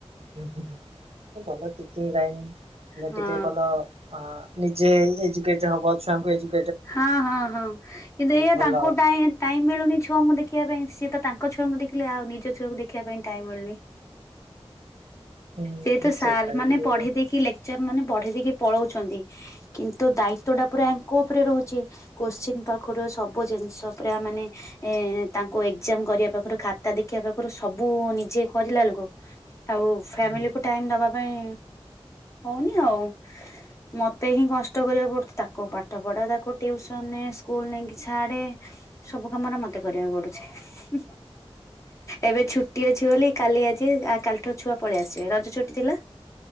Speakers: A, on the right; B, on the left.
A: ହୁ-ହୁ ଭଲ ଟିଚିଜ୍ ଲାଇନ ହେଲେ
B: ହଁ
A: ଟିକେ ଭଲ ହଁ ନିଜେ ଏଜୁକେଟ ହବ ଛୁଆଙ୍କୁ ଏଜୁ
B: ହଁ-ହଁ-ହଁ କିନ୍ତୁ ଏଇଆ
A: ଭଲ
B: ତାଙ୍କୁ ଟାଇ ଟାଇମ୍ ମିଳୁନି ଛୁଆଙ୍କୁ ଦେଖିବା ପାଇଁ ସିଏ ତ ତାଙ୍କ ଛୁଆଙ୍କୁ ଦେଖିଲେ ଆଉ ନିଜ ଛୁଆକୁ ଦେଖିବା ପାଇଁ ଟାଇମ୍ ମିଳୁନି।
A: ହୁଁ
B: ଯେହେତୁ ସାର୍
A: ସେଇଟା ବି
B: ମାନେ
A: ଟିକେ
B: ପଢ଼ି ଦେଇକି ଲେ ଚର ମାନେ ବଢେଇ ଦେଇକି ପଳଉଛନ୍ତି। କିନ୍ତୁ ଦାୟିତ୍ବ ଟା ପୁରା ଆଙ୍କ ଉପରେ ରହୁଛି। କୋଶ୍ଚିିନ ପାଖରୁ ସବୁ ଜିନିଷ ପୁରା ମାନେ ଏ ତାଙ୍କୁ ଏକ୍ଜାମ୍ କରିବା ପାଖରୁ ଖାତା ଦେଖିବା ପାଖରୁ ସବୁ ନିଜେ କରିଲା ବେଳକୁ ଆଉ ଫ୍ୟାମିଲିକୁ
A: ହୁଁ
B: ଟାଇମ ଦବା ପାଇଁ ହଉନି ଆଉ ମତେ ହିଁ କଷ୍ଟ କରିବାକୁ ପଡୁଛି ତାକୁ ପାଠ୍ ପାଠ ପଢା ତାକୁ ଟିୟୁସନ୍ ନେ ସ୍କୁଲ ନେଇକି ଛାଡ଼େ ସବୁ କାମରେ ମତେ କରିବାକୁ ପଡ଼ୁଛି। <unintelligible> ଏବେ ଛୁଟି ଅଛି ବୋଲି କାଲି ଆଜି କାଲିଠୁ ଛୁଆ ପଳେଇ ଆସିବେ ରଜ ଛୁଟି ଥିଲା।